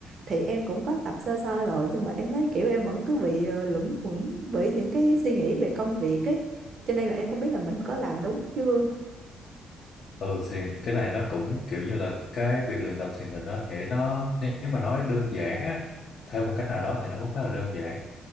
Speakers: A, on the right (about 55°); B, on the left (about 55°).
A: thì em cũng có tập sơ sơ rồi nhưng mà em thấy kiểu em vẫn cứ bị ờ, luẩn quẩn bởi những cái suy nghĩ về công việc ấy cho nên là em không biết là mình có làm đúng chưa
B: Ừ thì cái này nó cũng kiểu như là cái việc luyện tập thiền định nó nghĩa nó nếu mà nói đơn giản á theo một cách nào đó thì nó cũng khá là đơn giản